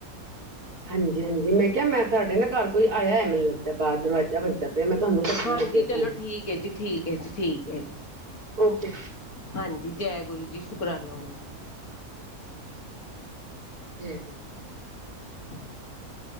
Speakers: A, on the right; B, on the left.
A: ਹਾਂਜੀ-ਹਾਂਜੀ ਮੈਂ ਕਿਹਾ ਮੈਂ ਸਾਡੇ ਨਾ ਘਰ ਕੋਈ ਆਇਆ ਹੈ ਮੈਨੂੰ ਲੱਗਦਾ ਬਾਹਰ ਦਰਵਾਜ਼ਾ ਵਜਦਾ। ਫਿਰ ਮੈਂ ਤੁਹਾਨੂੰ ਕਰਦੀ
B: ਹਾਂਜੀ
A: ਹਾਂ ਫਿਰ
B: ਚਲੋ
A: ਫੋਨ
B: ਠੀਕ ਹੈ ਜੀ ਠੀਕ ਹੈ ਜੀ ਠੀਕ ਹੈ
A: ਓਕੇ।
B: ਹਾਂਜੀ, ਜੈ ਗੁਰੂ ਜੀ, ਸ਼ੁਕਰਾਨਾ ਗੁਰੂ ਜੀ।
A: ਜੈ ਗੁਰੂ ਜੀ।
B: <unintelligible>